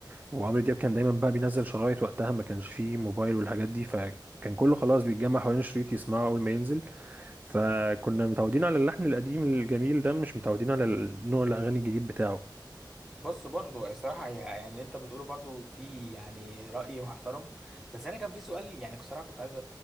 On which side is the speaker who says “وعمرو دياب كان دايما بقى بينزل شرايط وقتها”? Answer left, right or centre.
Right